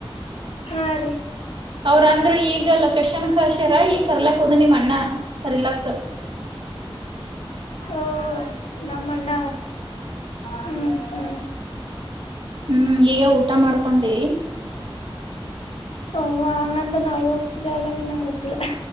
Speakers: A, on the left; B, on the right.
A: ಆರಿ
B: ಅವ್ರ ಅಂದ್ರರು ಈಗ ಲೊಕೇಶನ್ ಕಳಸರ್ ಈಗ ಕರ್ಲಾಕ್ ಹೋದ್ ನಿಮ್ ಅಣ್ಣ ಕರಿಲಕ್
A: ಹಓ ನಮ್ಮ ಅಣ್ಣ ಹು ಹು
B: ಹು ಈಗ ಊಟ ಮಾಡ್ಕೊಂಡಿ
A: ಓಹ ಹಂಗಂದ ನಾವವು ಹೋಗ್ತಿದೇಲ್ಲಾರಿ ನಂಗ ಗೊತ್ತಿಲ್ಲ.